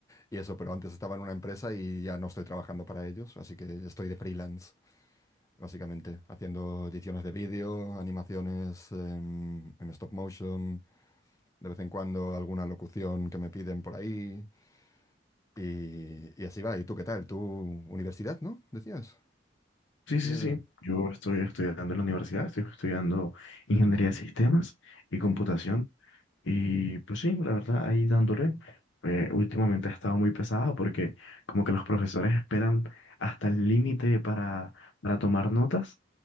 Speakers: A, on the left; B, on the left.
A: y eso, pero antes estaba en una empresa y ya no estoy trabajando para ellos, así que estoy de freelance. básicamente, haciendo ediciones de vídeo, animaciones en, en stop motion, de vez en cuando alguna locución que me piden por ahí, y, y así va. ¿Y tú qué tal? ¿Tu universidad, no? Decías.
B: Sí,
A: Así
B: sí,
A: que...
B: sí. Yo estoy estudiando en la universidad, estoy estudiando ingeniería de sistemas y computación.
A: mm,
B: Y pues sí, la verdad, ahí dándole. Eh, últimamente ha estado muy pesado porque como que los profesores esperan hasta el límite para, para tomar notas.